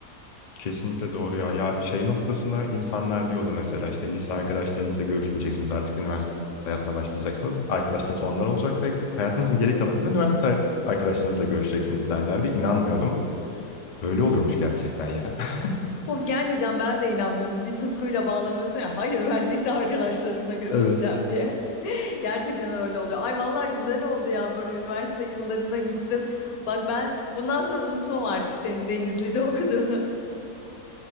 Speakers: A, on the left; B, on the left.
A: Kesinlikle doğru ya. Ya şey noktasında insanlar diyordu mesela işte lise arkadaşlarınızla görüşmeyeceksiniz artık üniversite hayatına başlayacaksınız. Arkadaşlarınız onlar olacak ve hayatınızın geri kalanında üniversite arkadaşlarınızla görüşeceksiniz derlerdi. İnanmıyordum. Öyle oluyormuş gerçekten ya. <laughs>
B: Of gerçekten ben de inanmıyordum. Bir tutkuyla bağlanıyorsun ya. Hayır ben lise arkadaşlarımla görüşeceğim
A: Evet.
B: diye. Gerçekten öyle oluyor. Ay vallahi güzel oldu ya böyle üniversite yıllarına gittim. Bak ben bundan sonra unutmam artık senin Denizli'de okuduğunu.